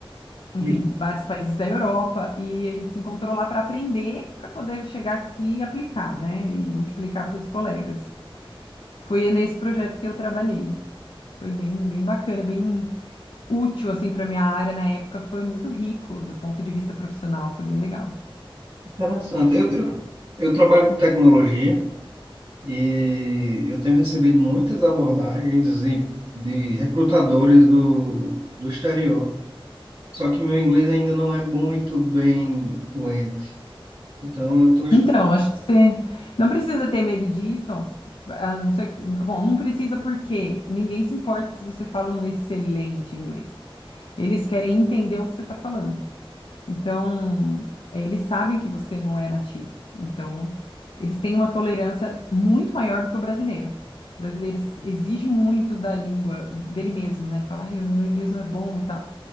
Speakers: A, on the left; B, on the right.
A: enfim,
B: muito
A: vários países da Europa, e a gente se encontrou lá para aprender, para poder chegar aqui e aplicar, né? E multiplicar para os colegas. Foi nesse projeto que eu trabalhei. Foi bem, bem bacana, bem útil, assim, para minha área na época. Foi muito rico do ponto de vista profissional, foi bem legal.
B: interessante. Eu, eu, eu trabalho com tecnologia e eu tenho recebido muitas abordagens de, de recrutadores do, do exterior. Só que meu inglês ainda não é muito bem fluente. Então, eu estou
A: Então, acho que você não precisa ter medo disso. A não ser que... Bom, não precisa porque ninguém se importa se você fala um excelente inglês. Eles querem entender o que você está falando. Então, eles sabem que você não é nativo. Então, eles têm uma tolerância muito maior do que o brasileiro. O brasileiro ex- exige muito da língua dele mesmo, né? Fala, ai, o meu inglês não é bom e tal.